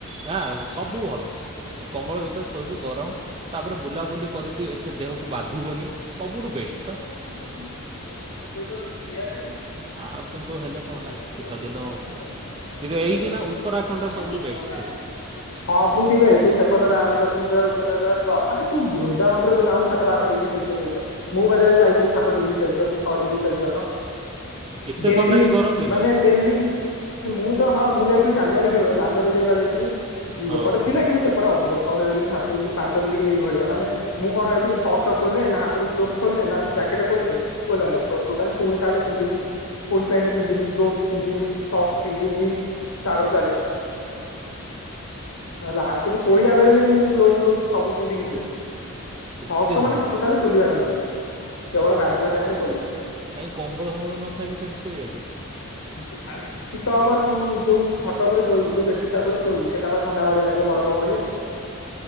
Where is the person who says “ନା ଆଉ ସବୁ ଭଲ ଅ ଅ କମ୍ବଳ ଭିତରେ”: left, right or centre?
Right